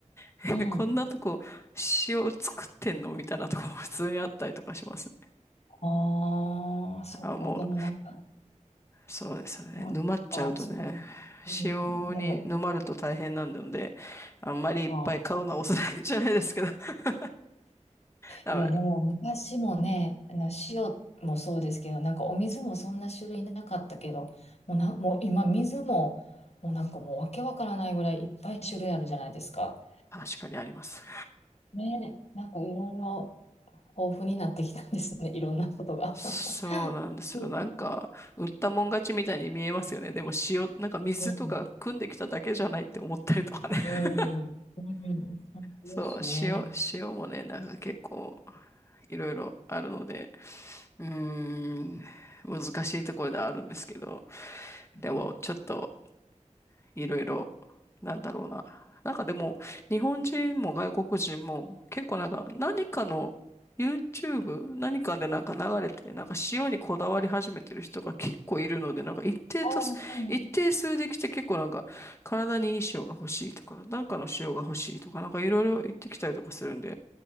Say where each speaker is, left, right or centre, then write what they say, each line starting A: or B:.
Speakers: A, on the left; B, on the left.
A: <laughs>
B: うん。
A: え、こんなとこ塩作ってんのみたいなとこも <laughs> 普通にあったりとかしますね。
B: ああ、そっか。
A: あ、もう、
B: でもなんか、
A: そうですよね。
B: なんか、
A: 沼っちゃうとね、
B: つうん。
A: 塩に沼ると大変なんで、
B: でも、
A: あんまりいっぱい買うのはおすすめじゃないですけど、
B: ああ。
A: <laughs> あ、
B: いや、でも昔もね、あの塩もそうですけど、なんかお水もそんな種類なかったけど、もうな、もう今水も、もうなんかもうわけわからないぐらいいっぱい種類あるじゃないですか。
A: 確かにあります。
B: ね、なんかいろいろ豊富になってきたんですね。いろんなことが。
A: そうなんですよ。
B: うん。
A: なんか、売ったもん勝ちみたいに見えますよね。でも塩、なんか水とか汲んできただけじゃないって思ったりとかね。
B: うん。
A: <laughs>
B: うん。うんそうですね。
A: そう、塩、塩もね、なんか結構、いろいろあるので、うーん、難しいところではあるんですけど、
B: うん
A: でも、ちょっと、いろいろ、なんだろうな。なんかでも、日本人も外国人も、結構なんか、何かの YouTube、何かでなんか流れて、なんか塩にこだわり始めてる人が結構いるので、なんか一定と一定数できて結構なんか、
B: ああ、そうなんだ。
A: 体にいい塩が欲しいとか、なんかの塩が欲しいとか、なんかいろいろ言ってきたりとかするんで、